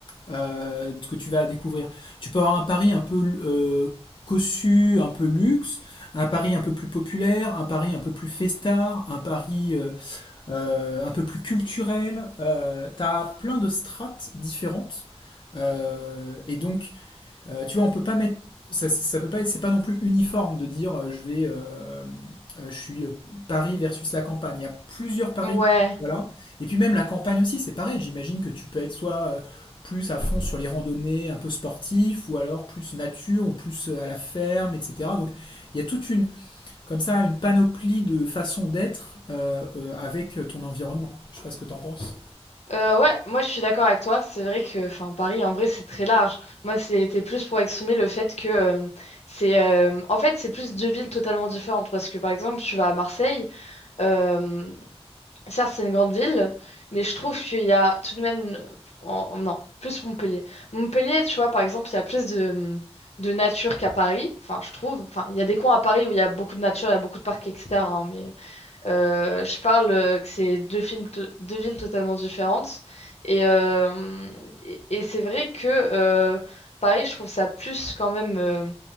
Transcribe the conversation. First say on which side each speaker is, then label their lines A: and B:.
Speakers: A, on the left; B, on the left.
A: euh, que tu vas découvrir. Tu peux avoir un pari un peu euh, cossu, un peu luxe, un pari un peu plus populaire, un pari un peu plus festard, un pari euh, euh, un peu plus culturel. Euh, T'as plein de strates différentes. Euh, et donc, euh, tu vois, on peut pas mettre. Ça, ça peut pas être- C'est pas non plus uniforme de dire euh, je vais. euh, euh, je suis euh, Paris versus la campagne. Il y a plusieurs paris.
B: Ouais.
A: Voilà. Et puis même la campagne aussi, c'est pareil. J'imagine que tu peux être soit euh, plus à fond sur les randonnées un peu sportifs, ou alors plus nature, ou plus euh, à la ferme, etc. Donc il y a toute une, comme ça, une panoplie de façons d'être euh, euh, avec ton environnement. Je sais pas ce que t'en penses.
B: Euh, ouais, moi je suis d'accord avec toi. C'est vrai que enfin, Paris, en vrai, c'est très large. Moi, c'était plus pour exprimer le fait que euh, c'est... euh, en fait, c'est plus deux villes totalement différentes. Parce que, par exemple, tu vas à Marseille. euh, Certes, c'est une grande ville, mais je trouve qu'il y a tout de même. en- en- non, plus Montpellier. Montpellier, tu vois, par exemple, il y a plus de, de nature qu'à Paris. Enfin, je trouve. Enfin, il y a des coins à Paris où il y a beaucoup de nature, il y a beaucoup de parcs, etc. hein, mais euh, je parle euh, que c'est deux, films to- deux villes totalement différentes. Et, euh, et, et c'est vrai que euh, Paris, je trouve ça plus quand même. euh,